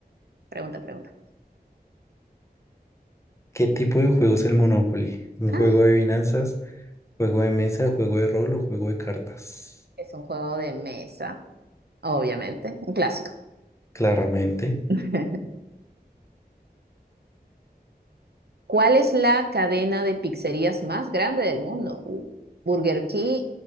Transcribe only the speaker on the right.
Pregunta, pregunta.
Ah,
Es un juego de mesa, obviamente, un clásico.
<laughs> ¿Cuál es la cadena de pizzerías más grande del mundo? Uh, Burger King,